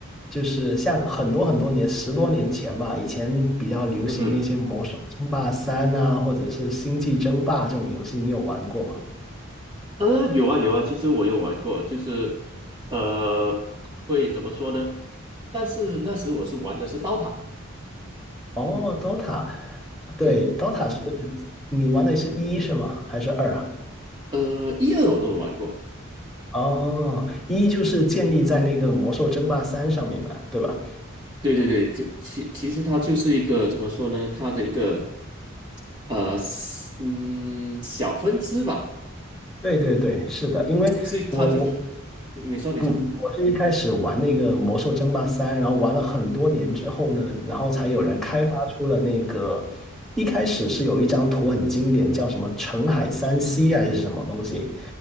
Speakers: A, in the centre; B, on the right (about 20°).
A: 就是像很多很多年，十多年前吧，以前比较流行那些《魔兽争霸三》啊，
B: <laughs> 嗯，
A: 或者是《星际争霸》这种游戏，你有玩过吗？
B: 啊，有啊有啊，其实我有玩过，就是呃，会怎么说呢？但是那时我是玩的是刀塔，
A: 哦，DOTA，
B: 嗯，
A: 对，DOTA 是你玩的是一是吗？还是二啊？
B: 呃，一二我都有玩过。
A: 哦，一就是建立在那个《魔兽争霸三》上面嘛，对吧？
B: 对对对，就其其实它就是一个怎么说呢？它的一个呃，嗯，小分支吧。
A: 对对对，是的，因为我我
B: 这他就你说你说，
A: 嗯，我是一开始玩那个《魔兽争霸三》，然后玩了很多年之后呢，然后才有人开发出了那个，
B: 嗯哼
A: 一开始是有一张图很经典，叫什么“澄海三 C” 还是什么东西，